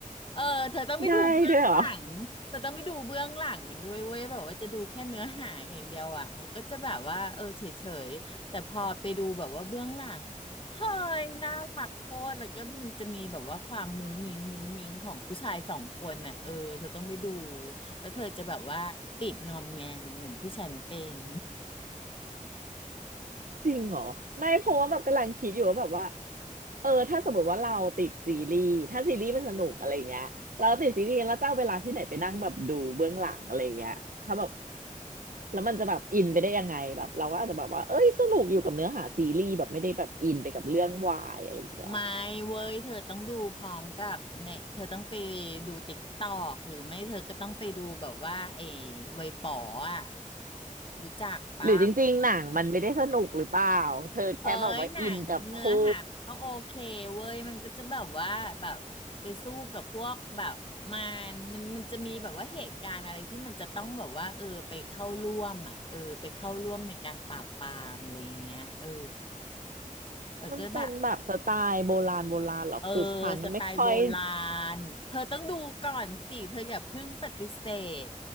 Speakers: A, on the left; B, on the right.
A: เออเธอต้องไปดูเบื้องหลังเธอต้องไปดูเบื้องหลังมันด้วยเว้ยแบบว่าจะดูแค่เนื้อหาอย่างเดียวอ่ะมันก็จะแบบว่าเออเฉยๆแต่พอไปดูแบบว่าเบื้องหลัง
B: ได้ด้วยเหรอ
A: เฮ้ยน่ารักโคตรแล้วก็มันจะมีแบบว่าความมุ้งมิ้งมุ้งมิ้งของผู้ชายสองคนน่ะเออเธอต้องไปดูแล้วเธอจะแบบว่าติดงอมแงมเหมือนที่ฉันเป็น
B: จริงเหรอไม่เพราะว่าแบบกำลังคิดอยู่ว่าแบบว่าเออถ้าสมมติว่าเราติดซีรีส์ถ้าซีรีส์มันสนุกอะไรเงี้ยเราติดซีรีส์แล้วจะเอาเวลาที่ไหนไปนั่งแบบดูเบื้องหลังอะไรเงี้ยถ้าแบบแล้วมันจะแบบอินไปได้ยังไงแบบเราก็อาจจะแบบว่าเอ้ยสนุกอยู่กับเนื้อหาซีรีส์แบบไม่ได้แบบอินไปกับเรื่องวายอะไรอย่างเงี้ย
A: ไม่เว้ยเธอต้องดูพร้อมกับในเธอต้องไปดูติ๊กตอกหรือไม่เธอก็ต้องไปดูแบบว่าไอ้เวยป๋ออ่ะรู้จักปะ
B: หรือจริงๆหนังมันไม่ได้สนุกหรือเปล่าเธอแค่แบบว่าอินกับคู่
A: เอ้ยหนังเนื้อหามันก็โอเคเว้ยมันก็จะแบบว่าแบบไปสู้กับพวกแบบมันมันมันจะมีแบบว่าเหตุการณ์อะไรที่มันจะต้องแบบว่าเออไปเข้าร่วมอ่ะเออไปเข้าร่วมในการปราบปรามอะไรอย่างเงี้ยเออแล้วก็แบบ
B: มันเป็นแบบสไตล์โบราณโบราณเหรอคือฉันไม่ค่อย
A: เออสไตล์โบราณเธอต้องดูก่อนสิเธออย่าเพิ่งปฏิเสธ